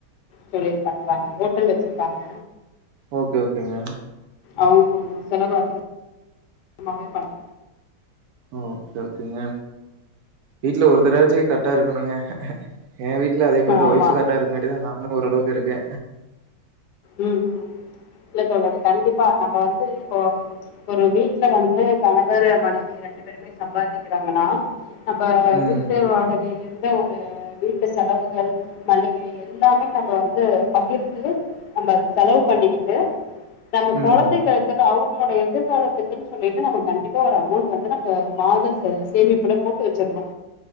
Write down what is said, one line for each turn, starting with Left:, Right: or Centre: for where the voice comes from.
Left: தொழில் பண்றாங்க ஹோட்டல் வச்சிருக்காங்க
Right: ஓகே ஓகேங்க
Left: அவுங் கொஞ்சோ செலவு அதிக மாவே பண்
Right: ஓகே ஓகேங்க வீட்ல ஒருத்தராச்சி கரெட்டா இருக்கணுங்க ஏ வீட்ல அதே மார்தா
Left: ஆமா
Right: ஒய்ஃபு கரெட்டா இருக்க காட்டிதா நானா ஓரளவுக்கு இருக்கே
Left: உம் ம் இல்ல தோழரே கண்டிப்பா நம்ம வந்து இப்போ ஒரு வீட்ல வந்து கணவரு மனைவி ரெண்டு பேருமே சம்பாதிக்கிறாங்கனா நம்ப
Right: ம்,
Left: வீட்டு வாடகைலந் த ஒரூ வீட்டு செலவுகள் மளிகை எல்லாமே நம்ம வந்து பகிர்ந்து நம்ப அது செலவு பண்ணிக்கிட்டு நம்ம
Right: ம்.
Left: குழந்தைகக்குது அவுங் ளோட எதிர்காலத்துக்குன் சொல்லிட்டு நம்ம கண்டிப்பா ஒரு அமௌண்ட் வந்து நங்க மாத ச சேமிப்புல போட்டு வச்சிர்